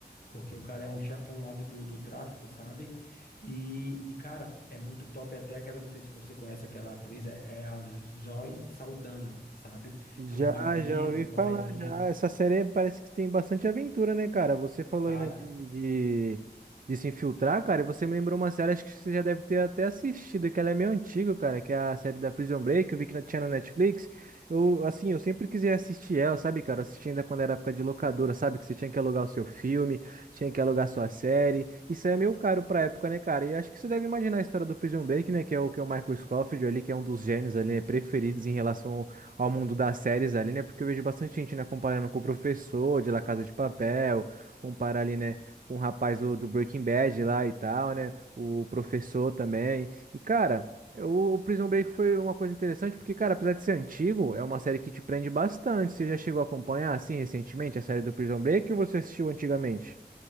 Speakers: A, on the left; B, on the right.
A: Porque o cara é um chefão lá do, do, do tráfico, sabe? E, e, cara, é muito top. Até aquela, não sei se você conhece aquela atriz, é, é a Zoe Saldana, sabe?
B: Já,
A: É uma magrinha,
B: já ouvi
A: moreninha.
B: falar, já. Essa série parece que tem bastante aventura, né, cara? Você falou
A: Cara,
B: aí, né, de, de, de se infiltrar, cara, e você me lembrou uma série, acho que você já deve ter até assistido, que ela é meio antiga, cara, que é a série da Prison Break, eu vi que na- tinha na Netflix. Eu, assim, eu sempre quis assistir ela, sabe, cara? Eu assisti ainda quando era época de locadora, sabe? Que você tinha que alugar o seu filme, tinha que alugar a sua série. Isso é meio caro pra época, né, cara? E acho que você deve imaginar a história do Prison Break, né, que é o que é o Michael Scofield ali, que é um dos gênios ali, né, preferidos em relação ao mundo das séries ali, né? Porque eu vejo bastante gente, né, comparando com o professor de La Casa de Papel, comparar ali, né, com o rapaz do, do Breaking Bad lá e tal, né? O professor também. E, cara. O o Prison Break foi uma coisa interessante porque, cara, apesar de ser antigo, é uma série que te prende bastante. Você já chegou a acompanhar, assim, recentemente, a série do Prison Break ou você assistiu antigamente?